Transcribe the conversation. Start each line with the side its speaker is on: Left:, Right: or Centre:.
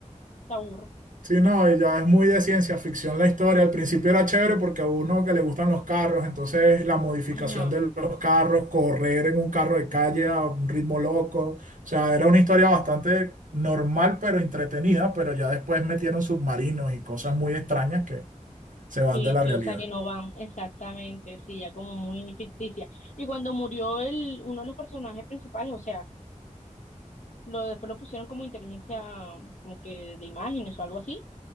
Left: te aburre.
Right: Sí, no, y ya es muy de ciencia ficción la historia. Al principio era chévere porque a uno que le gustan los carros, entonces la modificación
Left: Ajá,
Right: de los carros, correr en un carro de calle a un ritmo loco. O sea, era una historia bastante normal, pero entretenida, pero ya después metieron submarinos y cosas muy extrañas que se van
Left: que,
Right: de la
Left: que,
Right: realidad.
Left: o sea, que no van exactamente, sí, ya como muy ficticia. Y cuando murió el, uno de los personajes principales, o sea, lo, después lo pusieron como inteligencia, como que de imágenes o algo así,